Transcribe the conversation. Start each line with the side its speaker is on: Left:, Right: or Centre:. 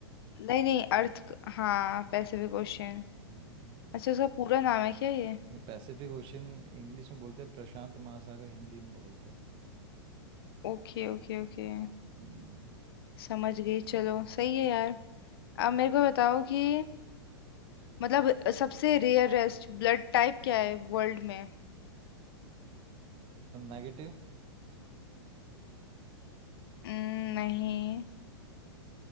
Left: नहीं नहीं अर्थ क- हाँ पैसिफिक ओशियन
Right: हम्म
Left: अच्छा उसका पूरा नाम है क्या ये
Right: नहीं पैसिफिक ओशन इंग्लिश में बोलते हैं प्रशांत महासागर हिंदी में बोलते हैं
Left: Okay okay okay
Right: हम्म
Left: समझ गई चलो सही है यार अब मेरे को बताओ कि मतलब सबसे रेयरेस्ट ब्लड टाइप क्या है वर्ल्ड में
Right: नेगेटिव
Left: हम्म, नहीं